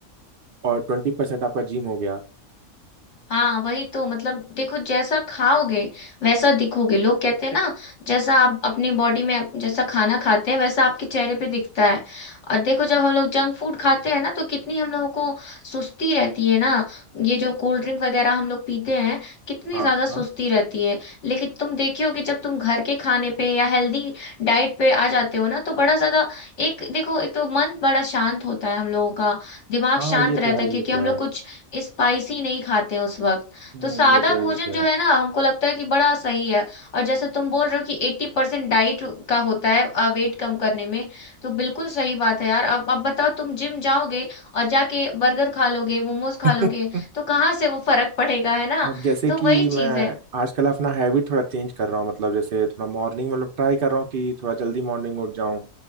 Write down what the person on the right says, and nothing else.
और ट्वेंटी परसेंट आपका जिम हो गया
हाँ
हाँ
हाँ
ये
तो है
ये तो
है
हम्म,
ये तो है
ये तो
है
<laughs>
अब जैसे
कि
मैं
आजकल अपना हैबिट थोड़ा चेंज कर रहा हूँ मतलब जैसे थोड़ा मॉर्निंग मतलब ट्राई कर रहा हूँ कि थोड़ा जल्दी मॉर्निंग में उठ जाऊँ